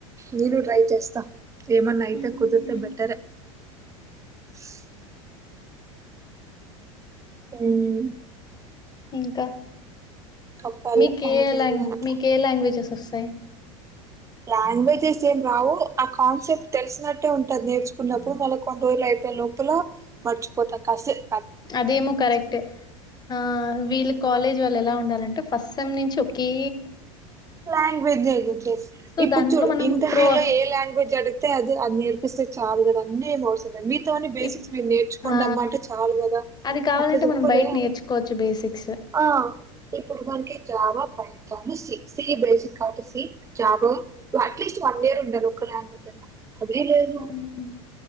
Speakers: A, on the right; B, on the left.
A: నేను ట్రై చేస్తా ఏమన్నా అయితే
B: హ్మ్.
A: కుదిరితే బెటరే <inaudible> <unintelligible> మ్మ్
B: ఇంకా
A: చెప్పాలి
B: మీకు
A: మాదేందంత
B: ఏ ఏలాంగ్ మీకు ఏ లాంగ్వేజెస్ వస్తాయి
A: లాంగ్వేజెస్ ఏం రావు ఆ కాన్సెప్ట్ తెలిసినట్టే ఉంటది నేర్చుకున్నప్పుడు మళ్ళీ కొన్ని రోజులు అయిపో లోపల మర్చిపోతాం కాసేపు
B: అదేమో కరెక్టే ఆ వీళ్లు కాలేజ్ వాళ్ళు ఎలా ఉండాలంటే ఫస్ట్ సెమ్ నుంచి కి
A: లాంగ్వేజ్ ఏదో చేస్
B: సో,
A: ఇప్పుడు
B: దాంట్లో
A: చూడు
B: మనం
A: ఇంటర్వ్యూ
B: ప్రో
A: లో ఏ లాంగ్వేజ్ అడిగితే అది అది నేర్పిస్తే చాలు కదా అన్నీ ఏమి అవసరం లేదు మిగతా అన్ని బేసిక్స్
B: ఇప్
A: మీరు నేర్చుకోండి
B: ఆ!
A: అమ్మా అంటే చాలు కదా
B: అది కావాలంటే
A: అట్లా చెప్పరే
B: మనం బయట నేర్చుకోవచ్చు బేసిక్స్
A: ఆ ఇప్పుడు మనకి Java Python C C basic కాబట్టి C job at least one year ఉండదు ఒక లాంగ్వేజన్నా అదీ లేదు
B: హ్మ్.